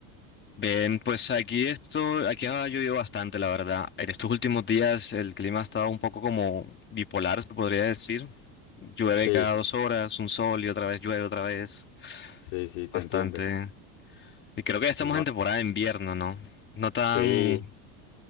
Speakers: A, on the left; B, on the left.
A: Bien, pues aquí esto, aquí ha llovido bastante, la verdad. En estos últimos días el clima ha estado un poco como bipolar, se podría decir. Llueve
B: Sí,
A: cada dos horas, un sol y otra vez llueve otra vez.
B: sí, sí, te
A: Bastante.
B: entiendo.
A: Y creo que ya estamos
B: Es ba-
A: en temporada de invierno, ¿no? No tan...
B: sí,